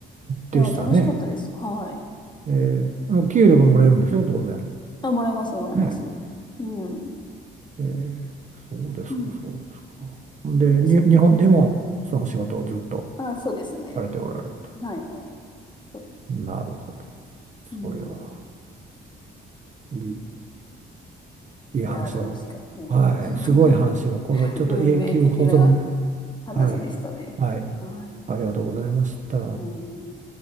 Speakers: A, on the right; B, on the left.
A: でしたね。
B: や、楽しかったです。はい。
A: えー、給料がもらえるんでしょ、当然。
B: あ、もらえます、もらえます。
A: ね。
B: うん。
A: えーそうですか、
B: うん。
A: そうですか。で、
B: そうですね。
A: に、日本でもその仕事をずっと
B: あ、そうですね。
A: されておられると。
B: はい、はい。そうです。
A: なるほど。
B: うん。
A: それはいい、いい話を。
B: いやー、楽しかった。うん、
A: はい、
B: 本当に
A: すごい話を。これちょっと永久保存。
B: <laughs> 運命的な話でしたね。
A: はい、はい、
B: はい。
A: ありがとうございました。
B: はい。